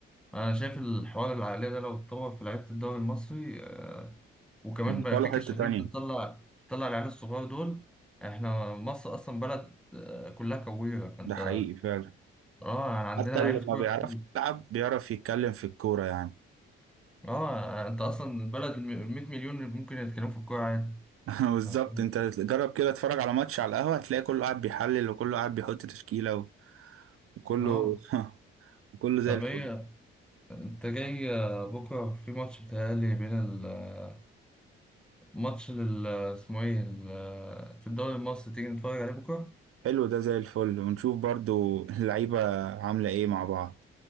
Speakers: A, in the centre; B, on the right (about 50°).
A: انا شايف الحوار العقلية ده لو اتطور في لعيبة الدوري المصري آه، وكمان
B: يعني
A: بقى
B: طالعة
A: في كشافين
B: حتة تانية
A: بتطلع بتطلع العيال الصغار دول احنا مصر اصلا بلد آه، كلها كويرة فانت
B: ده حقيقي فعلا
A: اه يعني عندنا
B: حتى
A: لعيبة
B: اللي
A: كورة
B: ما بيعرفش
A: كتير
B: يلعب بيعرف يتكلم في الكورة يعني
A: اه انت اصلا البلد الم- المية مليون اللي ممكن يتكلموا في الكورة عادي
B: <laughs> بالظبط
A: عارفين؟
B: انت جرب كده اتفرج على ماتش على القهوة هتلاقي كله قاعد بيحلل وكله قاعد بيحط تشكيلة و- وكله
A: اه
B: <laughs> وكله زي
A: طب
B: الفل
A: ايه انت جاي آه، بكرة في ماتش بتهيألي بين ال- آه، ماتش لل آه، اسمه ايه ال- آه، في الدوري المصري تيجي نتفرج عليه بكرة
B: حلو ده زي الفل ونشوف برضو اللعيبة عاملة ايه مع بعض